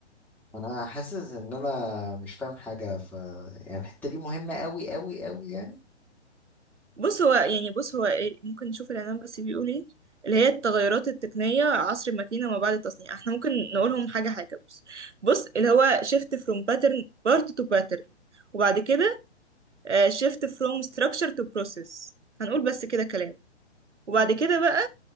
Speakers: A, in the centre; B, on the right (about 80°).
A: انا حاسس ان انا مش فاهم حاجه ف يعني الحته دي مهمه قوي قوي قوي يعني
B: بص هو يعني بص هو ايه ممكن نشوف الاعلان بس بيقول ايه اللي هي التغيرات التقنية عصر الماكينة وما بعد التصنيع احنا ممكن نقولهم حاجة حاجة بص بص اللي هو shift from pattern part to pattern وبعد كده آه، shift from structure to process هنقول بس كده كلام وبعد كده بقى